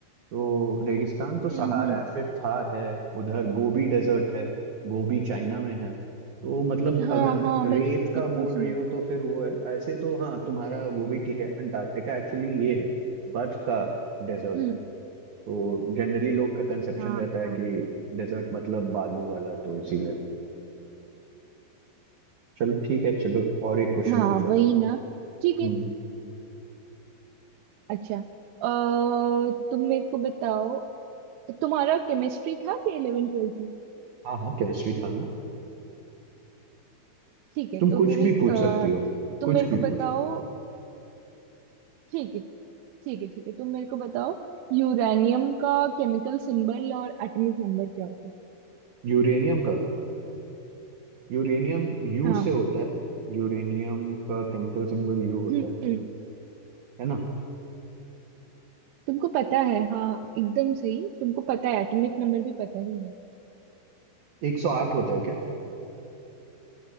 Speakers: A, on the right (about 55°); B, on the right (about 80°).
A: तो रेगिस्तान तो
B: हम्म
A: सहारा
B: हम्म
A: है फिर थार है उधर गोबी डेजर्ट है गोबी चाइना में है तो मतलब
B: हाँ
A: अगर
B: हाँ मैंने
A: रेत का
B: भी
A: बोल
B: सुना
A: रही हो
B: है
A: तो फिर वो है ऐसे तो हाँ तुम्हारा वो भी ठीक है अंटार्कटिका एक्चुअली ये है बर्फ का डेजर्ट
B: हम्म
A: है तो जनरली लोग का कंसेप्शन
B: हाँ
A: रहता है
B: हाँ
A: कि डेजर्ट मतलब बालू वाला तो इसीलिए चलो ठीक है चलो और एक क्वेश्चन
B: हाँ,
A: पूछो
B: वही ना ठीक है
A: हम्म हम्म,
B: अच्छा अ, तुम मेरे को बताओ तुम्हारा केमिस्ट्री था कि इलेवेंथ ट्वेल्थ में
A: हाँ हाँ केमिस्ट्री था ना
B: ठीक है
A: तुम
B: तो
A: कुछ
B: फिर एक
A: भी पूछ
B: अ,
A: सकती हो
B: तुम
A: कुछ
B: मेरे को
A: भी
B: बताओ
A: पूछो
B: ठीक है ठीक है ठीक है तुम मेरे को बताओ यूरेनियम का केमिकल सिंबल और एटॉमिक नंबर क्या होता है
A: यूरेनियम का यूरेनियम यू
B: हाँ
A: से होता है यूरेनियम का केमिकल सिंबल यू होता
B: हम्म
A: है
B: हम्म,
A: है ना
B: तुमको पता है हाँ एकदम सही तुमको पता है एटॉमिक नंबर भी पता ही है
A: 108 होता है क्या